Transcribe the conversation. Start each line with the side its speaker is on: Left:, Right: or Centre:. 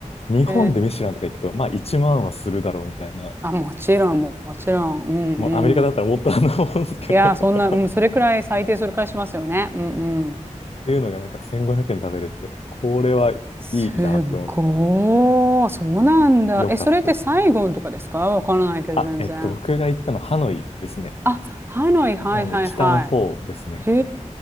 Left: 日本でミシュランとか行くと、
Right: え。
Left: まあ1万はするだろうみたいな。
Right: あ、もちろん、もちろん。うんうん。
Left: もうアメリカだったらもっとあると思うんですけど。
Right: いやー、
Left: <laughs>
Right: そんな、
Left: っ
Right: うん、それくらい、最低それくらいしますよね。うんうん。
Left: ていうのがなんか1500円食べれて、これはいいなって思って、
Right: すっごー、そうなんだ。
Left: よかったですね。
Right: え、それってサイゴンとかですかわからないけど、
Left: あ、
Right: 全然。
Left: えっと、僕が行ったのハノイですね。
Right: あ、ハノイ、はいはいは
Left: なんで北の方ですね。
Right: い。へ